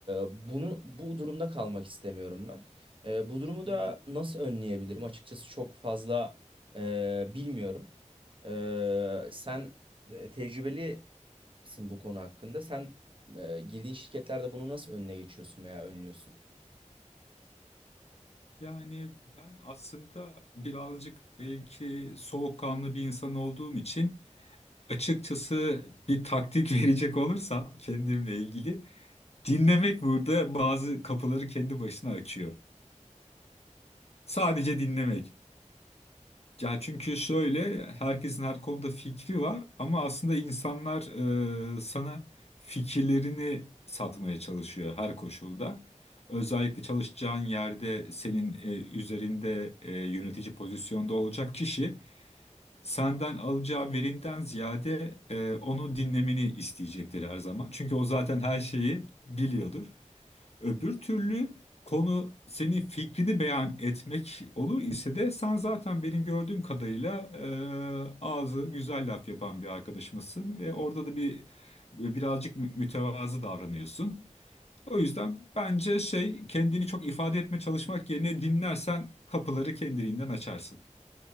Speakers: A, on the right; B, on the left.
A: bunu bu durumda kalmak istemiyorum ben. E, bu durumu
B: Hmm.
A: da nasıl önleyebilirim? Açıkçası çok fazla e, bilmiyorum. E, sen e, tecrübelisin bu konu hakkında. Sen e, girdiğin şirketlerde bunu nasıl önüne geçiyorsun veya önlüyorsun?
B: Yani ben aslında birazcık belki soğukkanlı bir insan olduğum için açıkçası bir taktik <laughs> verecek olursam kendimle ilgili Dinlemek burada bazı kapıları kendi başına açıyor. Sadece dinlemek. Ya çünkü şöyle herkesin her konuda fikri var ama aslında insanlar e, sana fikirlerini satmaya çalışıyor her koşulda. Özellikle çalışacağın yerde senin e, üzerinde e, yönetici pozisyonda olacak kişi senden alacağı verinden ziyade e, onu dinlemeni isteyecektir her zaman. Çünkü o zaten her şeyi biliyordur. Öbür türlü konu senin fikrini beyan etmek olur ise de sen zaten benim gördüğüm kadarıyla e, ağzı güzel laf yapan bir arkadaşımızsın ve orada da bir birazcık mü- mütevazı davranıyorsun. O yüzden bence şey kendini çok ifade etme çalışmak yerine dinlersen kapıları kendiliğinden açarsın.